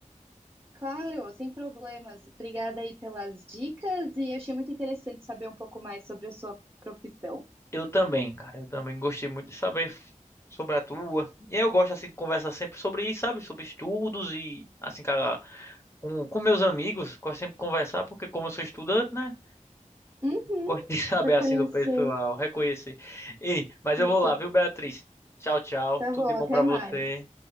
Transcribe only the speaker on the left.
Eu também, cara, eu também gostei muito de saber f- sobre a tua. E eu gosto assim de conversar sempre sobre isso, sabe? Sobre estudos e assim, cara, com, com meus amigos, gosto sempre de conversar porque como eu sou estudante, né?
Gosto de <laughs> saber
assim do pessoal, reconhecer. Ei, mas
eu vou lá, viu, Beatriz? Tchau, tchau.
Tudo
de bom
pra você.